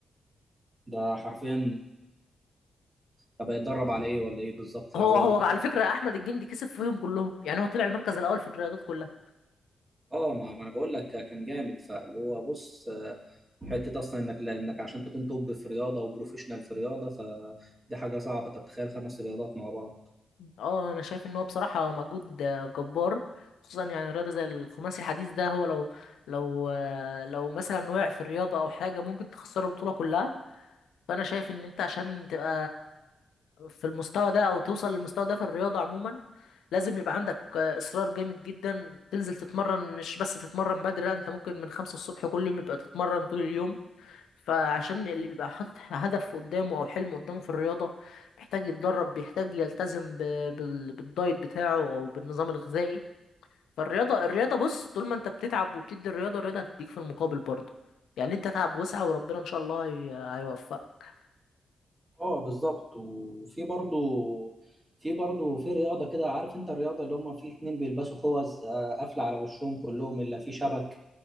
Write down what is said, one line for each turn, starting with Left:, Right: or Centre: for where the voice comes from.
Right: ده حرفيا طب هيتدرب على ايه ولا ايه بالظبط لو
Left: هو
Right: هو
Left: هو
Right: بد...
Left: على فكرة احمد الجندي كسب فيهم كلهم يعني هو طلع المركز الاول في الرياضات كلها
Right: اه ما ما انا بقول لك كان جامد فاللي هو بص آه، حته اصلا انك لانك عشان تكون توب في رياضه وبروفيشنال في رياضه فدي حاجه صعبه طب تخيل خمس رياضات مع بعض
Left: اه انا شايف ان هو بصراحه مجهود آه، جبار خصوصا يعني رياضه زي الخماسي الحديث ده هو لو لو آه، لو مثلا وقع في الرياضه او حاجه ممكن تخسر البطوله كلها فانا شايف ان انت عشان تبقى في المستوى ده او توصل للمستوى ده في الرياضه عموما لازم يبقى عندك آه، اصرار جامد جدا تنزل تتمرن مش بس تتمرن بدري لا انت ممكن من خمسة الصبح كل يوم يبقى تتمرن طول اليوم فعشان اللي بيبقى حاطط هدف قدامه او حلم قدامه في الرياضه بيحتاج يتدرب بيحتاج يلتزم ب... بال... بالدايت بتاعه او بالنظام الغذائي فالرياضه الرياضه بص طول ما انت بتتعب وبتدي الرياضه الرياضه هتديك في المقابل برضه يعني انت تعب وسعى وربنا ان شاء الله هي... هيوفقك
Right: اه بالظبط وفي برضو في برضو في رياضة كده عارف انت الرياضة اللي هم في اتنين بيلبسوا خوذ آه، قافلة على وشهم كلهم الا في شبك